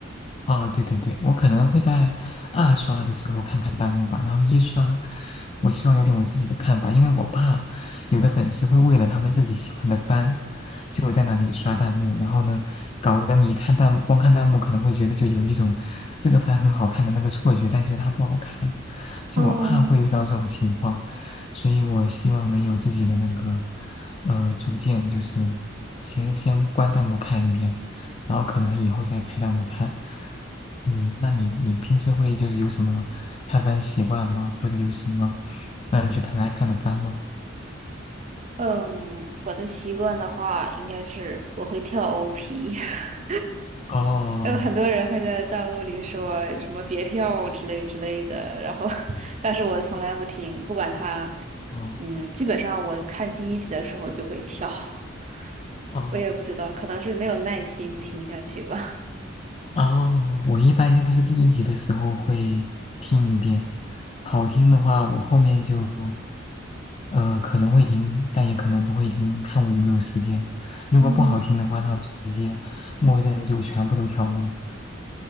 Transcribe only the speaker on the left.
啊，对对对，我可能会在二刷的时候看看弹幕吧，然后一刷，我希望有点我自己的看法，因为我怕有的粉丝会为了他们自己喜欢的番，就在那里刷弹幕，然后呢，搞得你看弹幕，光看弹幕可能会觉得就有一种这个番很好看的那个错觉，但其实它不好看，就我怕会遇到这种情况，
所以我希望能有自己的那个呃主见，就是先先关弹幕看一遍，然后可能以后再开弹幕看。嗯，那你你平时会就是有什么看番习惯吗？或者有什么让你觉得很爱看的番吗？
哦
哦
哦
哦，我一般就是第一集的时候会听一遍，好听的话我后面就呃可能会听，但也可能不会听，看我有没有时间。如果不好听的话，
那我就直接默认就全部都跳过。